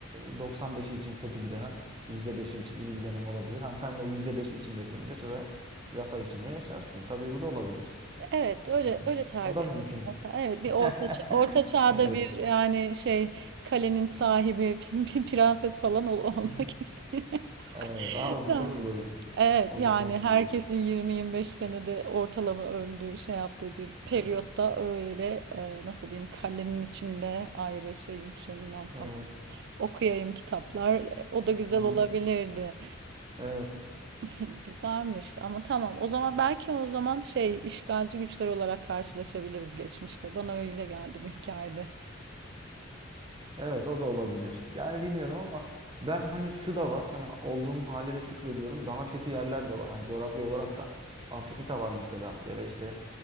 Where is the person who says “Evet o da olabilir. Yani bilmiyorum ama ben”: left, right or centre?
Right